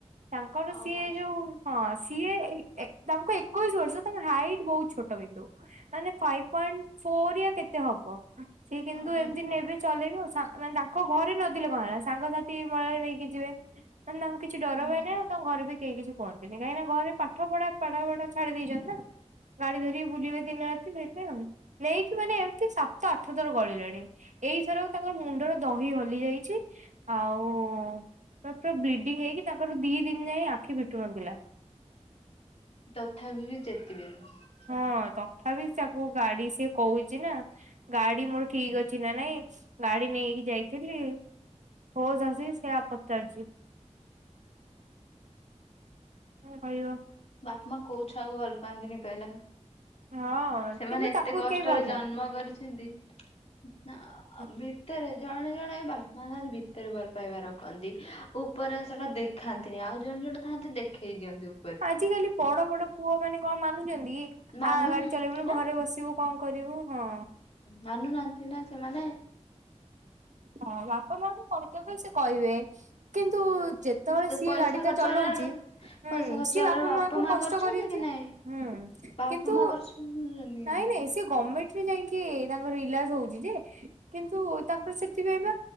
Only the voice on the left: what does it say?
ଓହୋ
ହୁଁ
ହୁଁ
ତଥାବି ବି ଚେତିବେନି। ସେମାନେ।
ବାପ ମାଆ କୋଉ ଛୁଆକୁ ଭଲ୍ ପାଆନ୍ତିନି କଇଲ?
ସେମାନେ
ଏତେ
କଷ୍ଟରେ
ଜନ୍ମ କରିଚନ୍ତି ନା ଆ
ଆଉ ଭିତରେ ଜଣେ ଜଣେ ବାପା ମାଆ ଥାନ୍ତି ଭିତରେ ଭଲ୍ ପାଇବା ରଖନ୍ତି। ଉପରେ ସେଟା ଦେଖାନ୍ତିନି ଆଉ ଜଣେ ଜଣେ ଥାନ୍ତି ଦେଖେଇ ଦିଅନ୍ତୁ ଉ
ମାନୁନାହାନ୍ତି
ନା
ମାନୁନାଆନ୍ତି ନା ସେମାନେ।
ତ
ପଇସା
ଖର୍ଚ୍ଚ
ହେଲାବେଳୁ ପଇସା ଖର୍ଚ୍ଚ
ହେଲାବେଳୁ
ମା
କରୁଛନ୍ତି
କି ନାଇଁ
ବାପା
ମା କରୁଛନ୍ତି କି